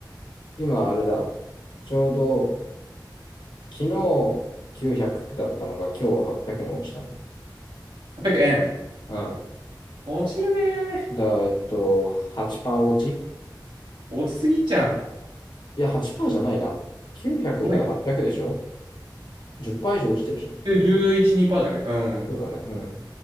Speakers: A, on the left; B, on the right.
A: 今、あれだ。ちょうど、昨日900だったのが今日800に落ちたね。
B: 800円。
A: うん。
B: 落ちるねー。
A: だ、えっと、8%落ち
B: 落ちすぎちゃん。
A: いや、8%じゃないな。900が800でしょ
B: もろに。
A: ?10% 以上落ちてるじゃん。
B: 11、にパーじゃないうん。
A: そうだね。うん。